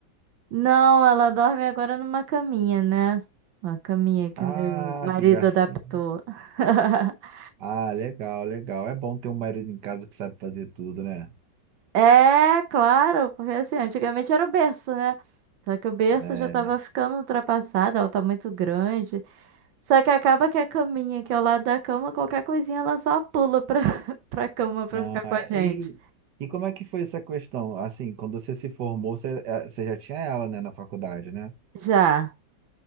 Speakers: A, on the right; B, on the right.
A: Não, ela dorme agora numa caminha, né? Uma caminha que
B: Ah,
A: o meu marido
B: que gracinha.
A: adaptou. <laughs>
B: Ah, legal, legal. É bom ter um marido em casa que sabe fazer tudo, né?
A: É, claro, porque assim, antigamente era o berço, né? Só que o berço
B: É,
A: já tava ficando ultrapassado, ela tá muito grande. Só que acaba que a caminha, que é ao lado da cama, qualquer coisinha ela só pula pra, <laughs> pra cama pra
B: não,
A: ficar com
B: é.
A: a gente.
B: E, e como é que foi essa questão? Assim, quando você se formou, você, eh, você já tinha ela, né, na faculdade, né?
A: Já.